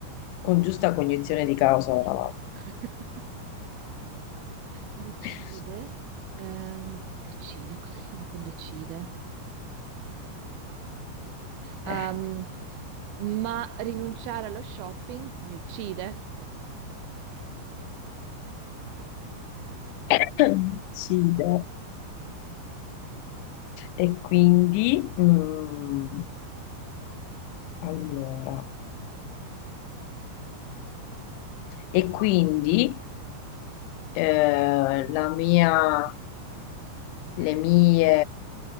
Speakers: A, on the left (about 85°); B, on the right (about 70°).
A: con giusta cognizione di causa, tra l'altro.
B: <laughs> Decide.
A: <laughs>
B: Ehm, decide. Cosa rima con decide? Ehm,
A: Eh.
B: ma rinunciare allo shopping mi uccide.
A: <laughs> Mi uccide. E quindi, mm, allora, e quindi eh, la mia, le mie,